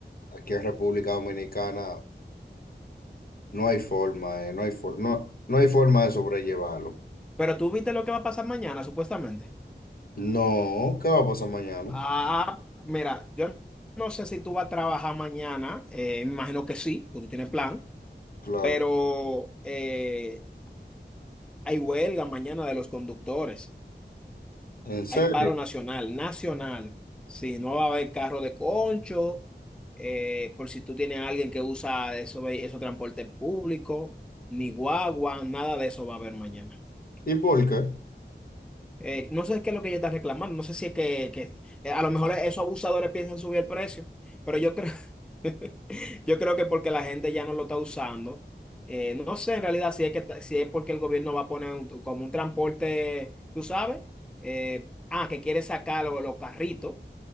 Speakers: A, on the left (about 55°); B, in the centre.
A: aquí en República Dominicana. No hay forma, eh, no hay forma, no, no hay forma de sobrellevarlo.
B: Pero tú viste lo que va a pasar mañana, supuestamente.
A: No, ¿qué va a pasar mañana?
B: Ah, mira, yo no sé si tú vas a trabajar mañana, eh, me imagino que sí, porque tú tienes plan,
A: Claro,
B: pero eh, hay huelga mañana de los conductores.
A: en serio.
B: Hay paro nacional, nacional. Sí, no va a haber carro de concho, eh, por si tú tienes a alguien que usa eso, ve- esos transportes públicos, ni guagua, nada de eso va a haber mañana.
A: ¿Y por qué?
B: Eh, no sé qué es lo que ella está reclamando, no sé si es que, que- eh, a lo mejor esos abusadores piensan subir el precio, pero yo creo, <laughs> yo creo que porque la gente ya no lo está usando, eh, no sé en realidad si es que, está- si es porque el gobierno va a poner un- como un transporte, tú sabes, eh, ah, que quiere sacar los los carritos.